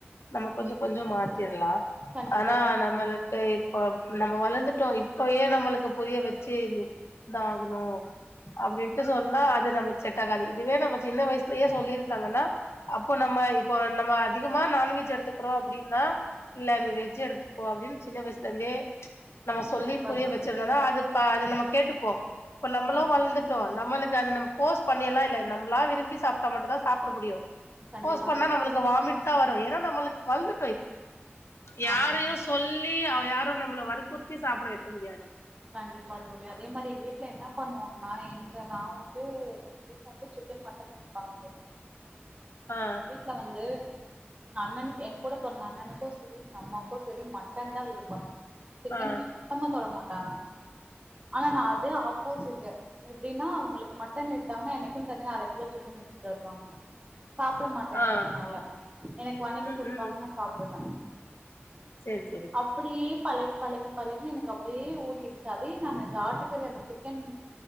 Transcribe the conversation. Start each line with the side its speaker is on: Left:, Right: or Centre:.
Left: நம்ம கொஞ்ச கொஞ்ச மாத்திர்லா
Right: கண்டிப்பா
Left: ஆனா
Right: தோழி
Left: நம்மளுக்கு இப்ப நம்ம வளந்து டோ இப்ப ஏ நம்மளுக்கு புரிய வச்சு என்ன ஆகணு அப்டின்ட்டு சொன்னா அது நம்மளுக்கு செட்டாகாது இதுவே நம்ம சின்ன வயசுலயே சொல்லிருந்தாங்கன்னா அப்போ நம்ம இப்போ நம்ம அதிகமா நான்வெஜ் எடுத்துக்கிறோ அப்டின்னா இல்ல நீ வெஜ் எடுத்துக்கோ அப்படின்னு சின்ன வயசுலே இருந்தே நம்ம சொல்லி
Right: கண்டிப்பா
Left: புரிய
Right: தோழி
Left: வச்சிருந்தோம்னா அது இப்பா அது நம்ம கேட்டுப்போ இப்ப நம்மளு
Right: கண்டிப்பா
Left: வளந்துட்டோ நம்மளுக் கு அது நம்ம போர்ஸ் பண்ணியெல்லா இல்ல நம்மளா விரும்பி சாப்ட்டா மட்டுந்தா சாப்பட முடியு
Right: கண்டிப்பா
Left: போர்ஸ் பண்ணா
Right: தோழி
Left: நம்மளுக்கு வாமிட் தா வரு ஏன்னா நம்மளுக்கு வந்து யாரையு
Right: ஆமா
Left: சொல்லி அவ யாரு நம்மள வற் குத்தி சாப்பட வைக்க முடியாது
Right: கண்டிப்பா தோழி அதே மாரி எங்க வீட்ல என்ன பண்ணுவாங்கன்னா எங்க நா வந்து எங்க வீட்டு வந்து சிக்கன் மட்டன் எடுப்பாங்கன்னு தோழி
Left: ஆ
Right: எங்க வீட்ல வந்து எங்க அண்ணனுக்கு ஏ கூட பொறந்த அண்ணனுக்கு சரி எங்க அம்மாவுக்கு சரி மட்டன் தா விருப்போ சிக்கன்
Left: ஆ
Right: சுத்தமா தொட மாட்டாங்க ஆனா நா அதே ஆப்போசிட்டு எப்படின்னா அவங்களுக்கு மட்டன் எடுத்தாங்கன்னா எனக்குனு தனியா அர கிலோ சிக்கன் எடுத்துட்டு வருவாங்க சாப்புட மாட்டேன்றதுனால
Left: ஆ
Right: எனக்கு வணக்கி
Left: ம்
Right: குடுப்பாங்க
Left: ம்
Right: நா சாப்டுவே
Left: சேரி சேரி
Right: அப்படியே பழகி பழகி பழகி எனக்கு அப்படியே ஓடிடுச்சி அதே நானு இந்த ஆட்டுக்கறி அந்த சிக்கன்